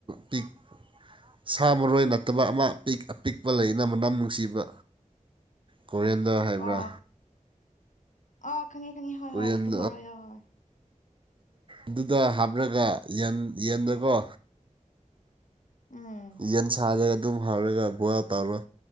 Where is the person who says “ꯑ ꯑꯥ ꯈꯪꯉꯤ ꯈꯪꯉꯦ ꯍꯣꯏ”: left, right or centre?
Left